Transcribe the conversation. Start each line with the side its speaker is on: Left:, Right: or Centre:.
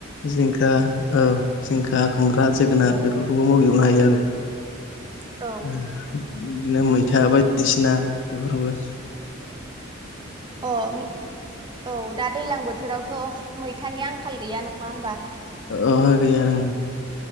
Left: जिंखा औ जिंखा खुमब्रा जोगोनार बेफोरखौबो मावजोबनो हायो आरो
Right: औ
Left: बिदिनो मैथा बायदिसिना बेफोरखौबो
Right: अ म‌ औ दा दैलां बोथोरावथ' मै थानि आंखाल गैया नङा होमबा?
Left: अहा गैया ओं